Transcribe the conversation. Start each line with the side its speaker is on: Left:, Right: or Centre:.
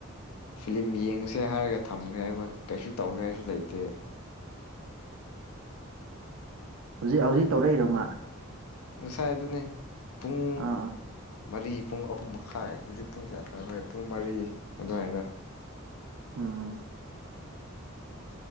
Left: ꯐꯤꯂꯝ ꯌꯦꯡꯉꯨꯁꯦ ꯍꯥꯏꯔꯒ ꯊꯝꯈ꯭ꯔꯦꯕ ꯀꯩꯁꯨ ꯇꯧꯅꯤꯉꯥꯏꯁꯨ ꯂꯩꯇꯦ
Right: ꯍꯧꯖꯤꯛ ꯍꯧꯖꯤꯛ ꯇꯧꯔꯛꯏꯔꯣꯃ
Left: ꯉꯁꯥꯏ ꯑꯗꯨꯅꯦ ꯄꯨꯡ
Right: ꯑꯥ ꯑꯥ
Left: ꯃꯔꯤ ꯄꯨꯡ ꯑꯍꯨꯝ ꯃꯈꯥꯏ ꯍꯧꯖꯤꯛ ꯄꯨꯡ ꯀꯌꯥ ꯇ ꯍꯣꯏ ꯄꯨꯡ ꯃꯔꯤ ꯑꯗꯨꯃꯥꯏꯅ
Right: ꯑꯝ